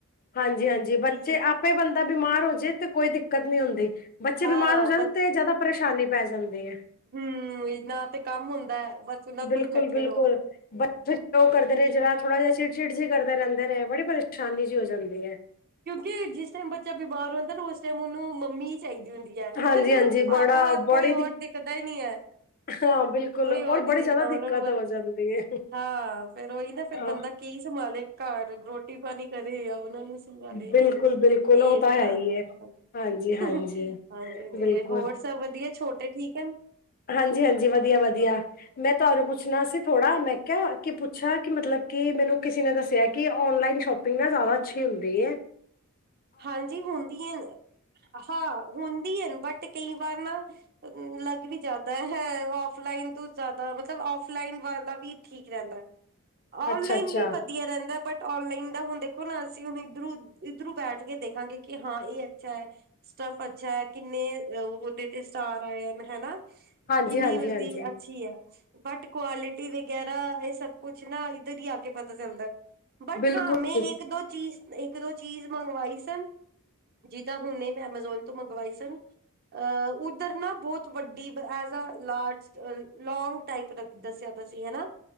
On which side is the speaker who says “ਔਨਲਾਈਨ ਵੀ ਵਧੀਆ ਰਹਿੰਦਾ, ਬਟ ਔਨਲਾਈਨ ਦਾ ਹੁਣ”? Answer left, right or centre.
Right